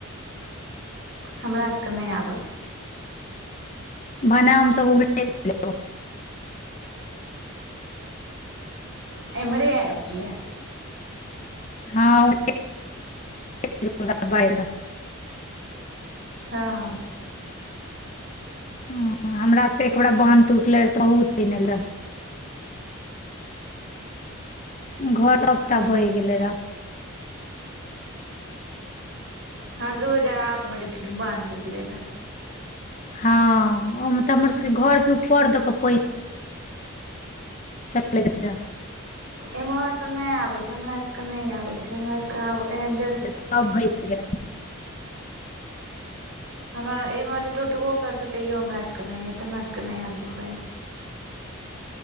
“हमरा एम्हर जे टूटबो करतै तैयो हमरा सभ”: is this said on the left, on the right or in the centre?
Right